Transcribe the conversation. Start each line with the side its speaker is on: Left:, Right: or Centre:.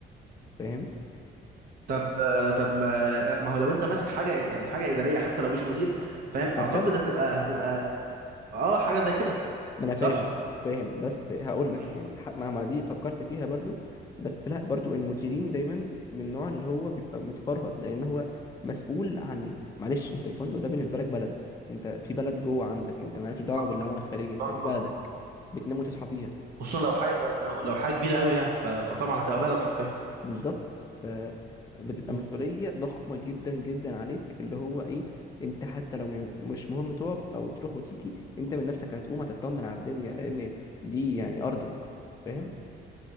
Left: فاهم
Right: طب طب ما ما هو لو انت ماسك حاجه يعني حاجه اداريه حتى لو مش مدير فاهم
Left: مكتب
Right: اعتقد هتبقى هتبقى يعني اه حاجه زي كده
Left: ما انا
Right: صح
Left: فاهم فاهم بس هقول
Right: مم.
Left: لك يعني ح- مهما دي فكرت فيها برضو بس لا برضو المديرين دايما من النوع اللي هو بيبقى متفرهد لان هو مسؤول عن معلش انت الفندق ده بالنسبه لك بلد انت في بلد جوه عندك انت مالكش دعوه
Right: صح
Left: بالعالم الخارجي انت
Right: صح
Left: دي
Right: طبعا
Left: بلدك بتنام وتصحى فيها
Right: خصوصا لو حاجه لو لو لو حاجه كبيره قوي يعني ف- فطبعا هتبقى بلد حرفيا
Left: بالظبط فبتبقى
Right: مم.
Left: مسؤولية ضخمة جدا جدا عليك اللي هو ايه انت حتى لو م- مش مهم تقف او تروح وتيجي انت من نفسك هتقوم هتطمن على الدنيا لان دي يعني ارضك فاهم